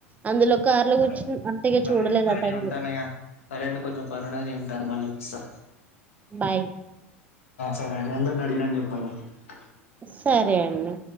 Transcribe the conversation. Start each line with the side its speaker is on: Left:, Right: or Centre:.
Right: అందులో కారులో
Left: సరే
Right: కూర్చు అంతేగా
Left: సరే
Right: చూడలేదు
Left: అండి మరి
Right: ఆ
Left: నేను
Right: టైంలో
Left: ఉంటానయ్యా సరే అండి కొంచెం పరున మళ్ళీ ఇస్తా
Right: బాయ్
Left: సరే అండి అందరని అడిగినానని చెప్ ప
Right: సరే అండి